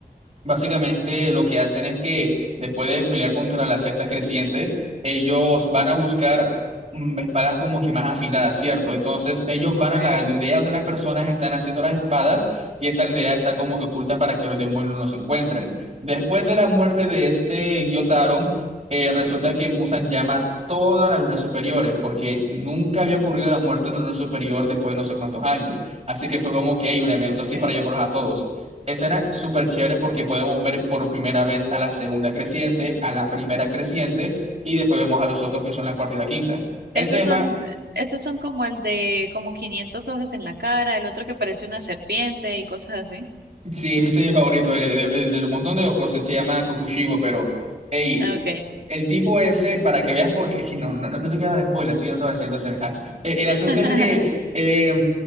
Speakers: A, on the right; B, on the right.
A: Básicamente lo que hacen es que después de pelear contra las sectas crecientes, ellos van a buscar mm, espadas como que más afiladas, ¿cierto? Entonces ellos van
B: Okay,
A: a la aldea donde las personas están haciendo las espadas y esa aldea está como que oculta para que los demonios no los encuentren. Después de la muerte de este Gyotaro, eh, resulta que Musan llama a todas las lunas superiores porque nunca había ocurrido la muerte de una luna superior después de no sé cuántos años. Así que fue como que hay un evento
B: okay.
A: así para llamarlos a todos. Escena súper chévere porque podemos ver por primera vez a la segunda creciente, a la primera creciente y después vemos a los otros que son la cuarta y la quinta. El
B: Esos
A: tema,
B: son, esos son como el de como 500 ojos en la cara, el otro que parece una serpiente y cosas así.
A: sí, mi es mi semi favorito, el, el- el del montón de ojos, se llama Kokushibo, pero, hey,
B: Ah, Okay.
A: El tipo ese, para que veas, porque es que no, no, no no te quiero dar spoiler, así que no te voy a decir entonces. ajá. Eh, El
B: <laughs>
A: asunto es que eh,